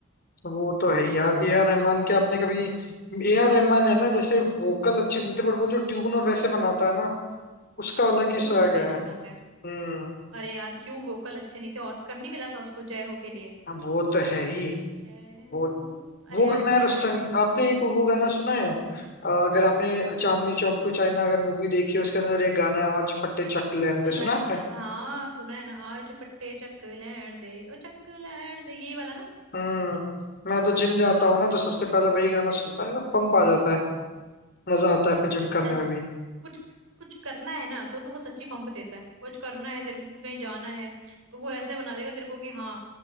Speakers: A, on the left (about 45°); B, on the right (about 75°).
A: वो तो है यार ए आर रहमान के आपने कभी ए आर रहमान है ना जैसे वोकल अच्छे नहीं थे बट वो जो ट्यून और वैसे बनाता है ना उसका अलग ही
B: वो तो
A: स्वैग
B: बहुत ही
A: है
B: अच्छे बनाता है
A: हम्म
B: अरे यार क्यों वोकल अच्छे नहीं थे ऑस्कर नहीं मिला था उसको जय हो के लिए
A: अब वो तो है ही
B: जय
A: वो
B: हो
A: वो
B: अरे यार
A: गाना
B: अच्छा
A: यार उस
B: था यार
A: टाइम आपने एक वो गाना सुना है अ, अगर आपने चांदनी चौक टू चाइना अगर मूवी देखी है उसके अंदर एक गाना है आज फटे चक दे
B: सुना
A: सुना
B: है
A: है आपने
B: सुना है हाँ सुना है ना आज पट्टे चक लैण दे ओ चक लैण दे यही वाला ना
A: हम्म मैं तो जिम जाता
B: हाँ
A: हूँ ना तो सबसे पहले वही गाना सुनता है पंप आ जाता है मजा आता है फिर जिम करने
B: अरे
A: में भी
B: कुछ कुछ करना है ना तो तो वो सच्ची पंप देता है कुछ करना है तेरे को कुछ कहीं जाना है तो वो ऐसे बना देगा तेरे को कि हाँ